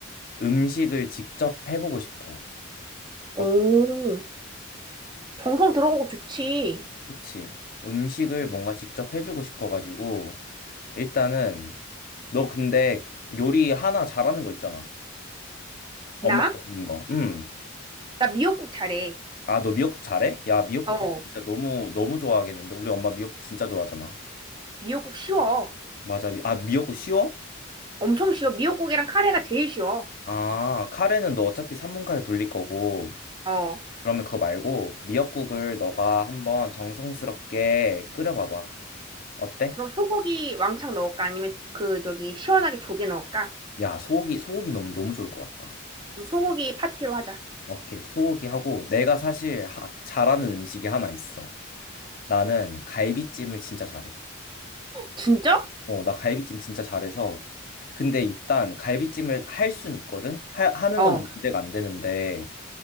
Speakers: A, on the left; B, on the right.
A: 음식을 직접 해보고 싶어.
B: 오,
A: 어,
B: 정성 들어가고 좋지.
A: 그치. 음식을 뭔가 직접 해주고 싶어가지고 일단은 너 근데 요리 하나 잘하는 거 있잖아. 엄마
B: 나?
A: 잘하는 거. 음.
B: 나 미역국 잘해.
A: 아, 너 미역국 잘해? 야, 미역국
B: 어,
A: 그 진짜 너무 너무 좋아하겠는데. 우리 엄마 미역국 진짜 좋아하잖아.
B: 미역국 쉬워.
A: 맞아. 미- 아, 미역국 쉬워?
B: 엄청 쉬워. 미역국이랑 카레가 제일 쉬워.
A: 아, 카레는 너 어차피 3분 카레 돌릴 거고,
B: 어,
A: 그러면 그거 말고 미역국을 너가 한번 정성스럽게 끓여봐봐. 어때?
B: 그럼 소고기 왕창 넣을까? 아니면 그, 저기, 시원하게 조개 넣을까?
A: 야, 소고기, 소고기 너무 너무 좋을 것 같다.
B: 그럼 소고기 파티로 하자.
A: 오케이, 소고기 하고 내가 사실 하- 잘하는 음식이 하나 있어. 나는 갈비찜을 진짜 잘해.
B: 진짜?
A: 어, 나 갈비찜 진짜 잘해서. 근데 일단 갈비찜을 할 순 있거든? 하, 하는
B: 어,
A: 건 문제가 안 되는데,